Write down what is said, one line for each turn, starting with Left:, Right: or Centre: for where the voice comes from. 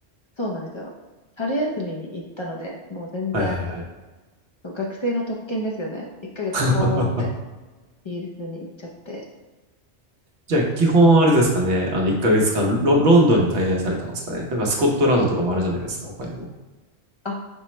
Left: そうなんですよ。春休みに行ったので、もう全然
Right: はいはいはい。
Left: そう、学生の特権ですよね。1ヶ月ポーンって
Right: <laughs>
Left: イギリスに行っちゃって。
Right: じゃあ、基本あれですかね。あの、1ヶ月間ロ、ロンドンに滞在されたんですかね。なんかスコットランドとかもあるじゃないですか、他にも。
Left: あ、